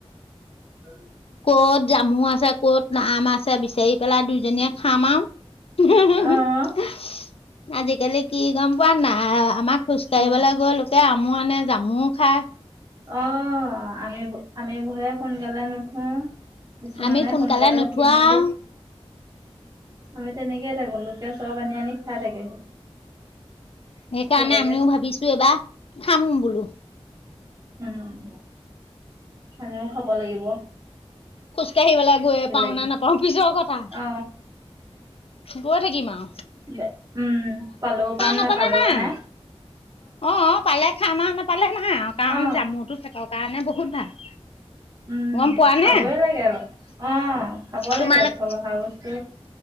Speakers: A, on the right; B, on the left.
A: <unintelligible>
B: কত জামু আছে, ক'ত আম আছে বিচাৰি পেলাই দুইজনীয়ে খাম আও। উ
A: অ',
B: <unintelligible> আজিকালি কি গম পোৱা নাই? আমাৰ খোজকাঢ়িবলৈ
A: অ',
B: গৈ লোকে মোৰ এনেই জামুৰ খাই
A: অ, আমি-আমিবোৰে সোনকালে নুঠো। কিছুমানে
B: আমি
A: সোনকালে
B: নুঠোৱা
A: উঠি মেলি,
B: আৰু
A: আমি তেনেকে এটা গলো। চব আনি আনি খাই থাকেহি।
B: সেইকাৰণে
A: বেলেগে
B: আমিও ভাবিছো এইবাৰ খাম বোলো।
A: উম। আমিও খাব লাগিব।
B: খোজকাঢ়িবলে গৈয়ে
A: বেলেগে
B: পাও নে নাপাওঁ পিছৰ কথা।
A: অ
B: গৈ থাকিম আও।
A: দে উম পালেও পাম, নাপালেও
B: নাপালে আৰু
A: নাই।
B: অ পালে খাম আওঁ, নাপালে নাই আও। কাৰণ
A: অ
B: জামুৰটো পেটৰ কাৰণে বহুত ভাল।
A: উম
B: গম পোৱা
A: খাবই
B: নে
A: লাগে আৰু। অ খাব
B: তোমালোক
A: লাগে ফল অহা বস্তু।